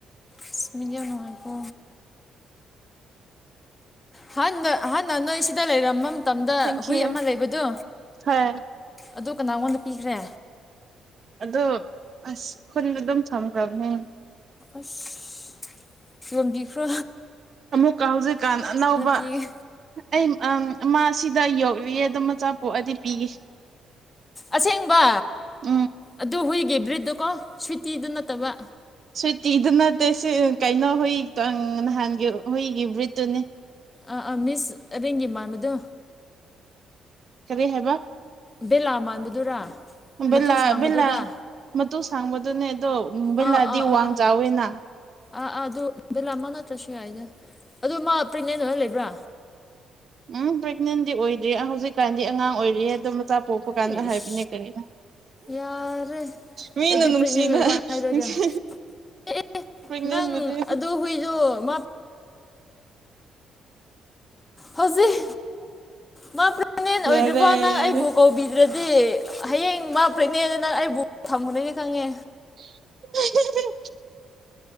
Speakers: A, on the left; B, on the right.
A: ꯑꯁ ꯃꯤꯗꯤ ꯌꯥꯝꯅꯨꯉꯥꯏꯀꯣ ꯍꯍꯅ ꯍꯍꯅ ꯅꯣꯏ ꯁꯤꯗ ꯂꯩꯔꯝꯕ ꯃꯇꯝꯗ
B: ꯊꯦꯡꯀ꯭ꯌꯨ
A: ꯍꯨꯏ ꯑꯃ ꯂꯩꯕꯗꯨ
B: ꯍꯣꯏ
A: ꯑꯗꯨ ꯀꯅꯥꯉꯣꯟꯗ ꯄꯤꯈ꯭ꯔꯦ
B: ꯑꯗꯣ ꯑꯁ ꯈꯨꯟꯗ ꯑꯗꯨꯝ ꯊꯝꯈ꯭ꯔꯕꯅꯦ
A: ꯑꯁ ꯌꯟꯕꯤꯈ꯭ꯔꯣ
B: ꯑꯃꯨꯛꯀ ꯍꯧꯖꯤꯛꯀꯥꯟ ꯑꯅꯧꯕ
A: ꯄꯤꯒꯦ
B: ꯑꯩ ꯑꯪ ꯑꯃꯥꯁꯤꯗ ꯌꯣꯛꯔꯤꯌꯦ ꯑꯗꯨ ꯃꯆꯥ ꯄꯣꯛꯑꯗꯤ ꯄꯤꯒꯦ
A: ꯑꯁꯦꯡꯕ
B: ꯎꯝ
A: ꯑꯗꯨ ꯍꯨꯏꯒꯤ ꯕ꯭ꯔꯤꯠꯇꯣ ꯀꯣ ꯁꯨꯏꯇꯤꯗꯨ ꯅꯠꯇꯕ
B: ꯁꯨꯏꯇꯤꯗꯨ ꯅꯠꯇꯦ ꯁꯤ ꯀꯩꯅꯣ ꯍꯨꯏ ꯅꯍꯥꯟꯒꯤ ꯍꯨꯏꯒꯤ ꯕ꯭ꯔꯤꯠꯇꯨꯅꯦ
A: ꯑꯥ ꯑꯥ ꯃꯤꯁ ꯔꯦꯡꯒꯤ ꯃꯥꯟꯕꯗꯣ
B: ꯀꯔꯤ ꯍꯥꯏꯕ
A: ꯕꯦꯂꯥ ꯃꯥꯟꯕꯗꯨꯔꯥ
B: ꯕꯦꯂꯥ
A: ꯃꯇꯨ ꯁꯥꯡꯕꯗꯨꯔꯥ
B: ꯕꯦꯂꯥ ꯃꯇꯨ ꯁꯥꯡꯕꯗꯨꯅꯦ ꯑꯗꯣ ꯕꯤꯂꯥꯗꯤ
A: ꯑꯥ ꯑꯥ
B: ꯋꯥꯡ
A: ꯑꯥ ꯑꯥ
B: ꯆꯥꯎꯋꯤꯅ
A: ꯑꯥ ꯑꯥ ꯑꯗꯨ ꯕꯦꯂꯥꯃ ꯅꯠꯇ꯭ꯔꯁꯨ ꯌꯥꯏꯗ ꯑꯗꯨ ꯃꯥ ꯄ꯭ꯔꯦꯒꯅꯦꯟ ꯑꯣꯏꯔꯥ ꯂꯩꯕ꯭ꯔꯥ꯫
B: ꯎꯝ ꯄ꯭ꯔꯦꯒꯅꯦꯟꯗꯤ ꯑꯣꯏꯗ꯭ꯔꯤ ꯍꯧꯖꯤꯛꯀꯥꯟꯗꯤ ꯑꯉꯥꯡ ꯑꯣꯏꯔꯤꯌꯦ ꯑꯗꫭ ꯃ ꯆꯆꯥ ꯄꯣꯛꯄ ꯀꯥꯟꯗ
A: ꯏꯁ
B: ꯍꯥꯏꯕꯅꯦ ꯀꯔꯤꯔ
A: ꯌꯥꯔꯦ
B: ꯃꯤꯅ
A: ꯑꯩꯗꯤ
B: ꯅꯨꯡꯁꯤꯅ
A: ꯄ꯭ꯔꯦꯒꯅꯦꯟ ꯑꯣꯏꯕ꯭ꯔꯥ ꯍꯥꯏꯔꯒ
B: <unintelligible>
A: ꯑꯦ
B: ꯄ꯭ꯔꯦꯒꯅꯦꯟꯕꯨꯗꯤ
A: ꯅꯪ ꯑꯗꯨ ꯍꯨꯏꯗꯣ ꯃꯥ <inaudible> ꯍꯧꯖꯤꯛ ꯃꯥ ꯄ꯭ꯔꯦꯒꯅꯦꯟ ꯑꯣꯏꯗ꯭ꯔꯤꯐꯥꯎ
B: ꯌꯥꯔꯦ
A: ꯅꯪ
B: ꯌꯥꯔꯦ
A: ꯑꯩꯕꯨ ꯕꯤꯗ꯭ꯔꯗꯤ ꯍꯌꯦꯡ ꯃꯥ ꯄ꯭ꯔꯦꯒꯅꯦꯟꯗ ꯅꯪ ꯑꯩꯕꯨ ꯊꯝꯈꯅꯅꯦ ꯈꯪꯉꯦ꯫
B: <unintelligible>